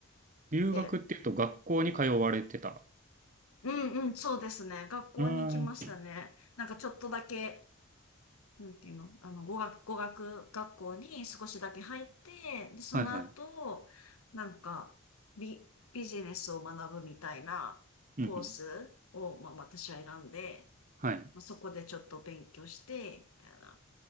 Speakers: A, on the right (about 35°); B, on the left (about 80°).
A: 留学っていうと学校に通われてた。
B: で、うんうん、そうですね。学校に行きましたね。
A: うーん。
B: なんかちょっとだけ、なんていうのあの、語学、語学学校に少しだけ入って、で、その後、
A: はいはい。
B: なんか、ビ、ビジネスを学ぶみたいなコースを、
A: うんうん。
B: まあ、私は選んで、
A: はい。
B: まあ、そこでちょっと勉強して、みたいな。